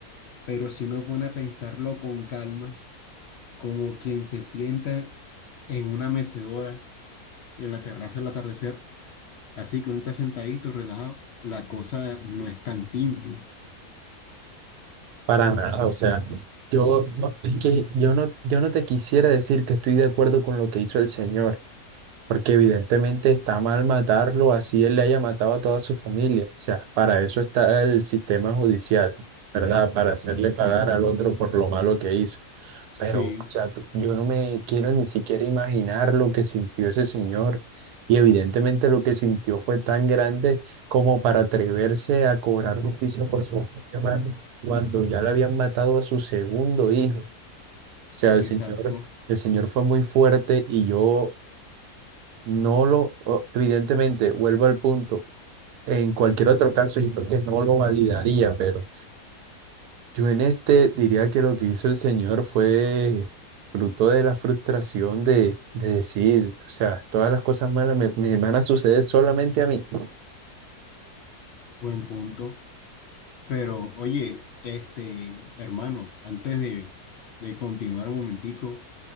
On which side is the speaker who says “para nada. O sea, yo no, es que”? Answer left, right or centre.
Right